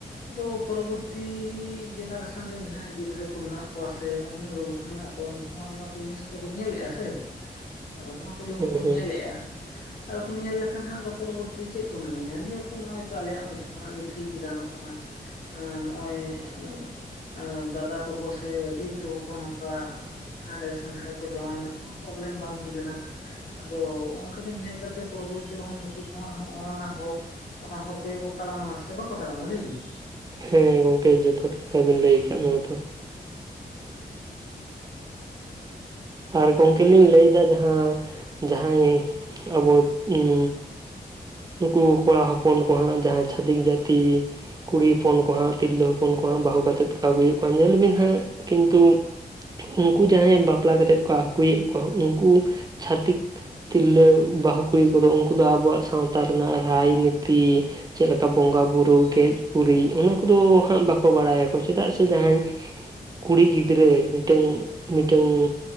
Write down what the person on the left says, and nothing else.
ᱟᱫᱚ ᱯᱚᱨᱚᱵᱚᱨᱛᱷᱤ ᱡᱮᱱᱟᱨᱮᱥᱚᱱ ᱨᱮᱱ ᱡᱟᱦᱟᱸᱭ ᱜᱤᱫᱽᱨᱟᱹ ᱠᱚ ᱢᱮᱱᱟᱜ ᱠᱚᱣᱟ ᱥᱮ ᱢᱟᱹᱭ ᱵᱟᱹᱵᱩ ᱠᱚ ᱢᱮᱱᱟᱜ ᱠᱚ ᱠᱚ ᱩᱱᱠᱩ ᱦᱚᱸ ᱱᱚᱣᱟ ᱠᱚ ᱡᱤᱱᱤᱥ ᱠᱚᱫᱚ ᱠᱚ ᱧᱮᱞᱮᱜ-ᱟ ᱥᱮ ᱟᱫᱚ ᱱᱚᱣᱟ ᱠᱚ ᱡᱚᱠᱷᱚᱱ
ᱠᱚ
ᱧᱮᱞᱮᱜ-ᱟ᱾ ᱟᱨ ᱠᱚ ᱧᱮᱞ ᱞᱮᱠᱷᱟᱱ ᱦᱟᱸᱜ ᱫᱚ ᱯᱚᱨᱚᱵᱚᱨᱛᱷᱤ ᱨᱮ ᱪᱮᱫ ᱠᱚ ᱢᱚᱮᱱᱭᱟ ᱞᱟᱹᱭᱟ ᱠᱚ ᱱᱚᱶᱟ ᱛᱚ ᱟᱞᱮᱭᱟᱜ ᱢᱟ ᱡᱷᱚᱛᱚᱱᱟᱜ ᱜᱮ ᱴᱷᱤᱠ ᱜᱮ ᱜᱟᱱᱚᱜ ᱠᱟᱱᱟ ᱟᱸ ᱱᱚᱜ-ᱚᱭ ᱮᱸᱜ ᱟᱸ ᱫᱟᱫᱟ ᱛᱟᱠᱚ ᱥᱮ ᱫᱤᱫᱤ ᱛᱟᱠᱚ ᱠᱚ ᱱᱚᱝᱠᱟ ᱦᱟᱸᱰᱮᱥᱼᱼ ᱱᱟᱱᱰᱮ ᱠᱚ ᱡᱟᱶᱟᱭ ᱱᱟ ᱠᱚᱱᱚ ᱯᱨᱚᱵᱮᱞᱮᱢ ᱵᱟᱝ ᱦᱩᱭ ᱞᱮᱱᱟ᱾ ᱟᱫᱚ ᱚᱱᱠᱟ ᱜᱮ ᱧᱮᱞ ᱠᱟᱛᱮᱜ ᱯᱚᱨᱚᱵᱚᱨᱛᱤ ᱨᱮᱦᱚᱸ ᱱᱩᱠᱩ ᱱᱚᱶᱟ ᱦᱚᱸᱜ- ᱚᱱ ᱚᱱᱟ ᱦᱚᱨ ᱚᱱᱟ ᱦᱚᱨ ᱛᱮᱜᱮ ᱠᱚ ᱛᱟᱲᱟᱢᱟ ᱥᱮ ᱵᱟᱠᱚ ᱛᱟᱲᱟᱢᱟ ᱞᱟᱹᱭ ᱵᱤᱱ?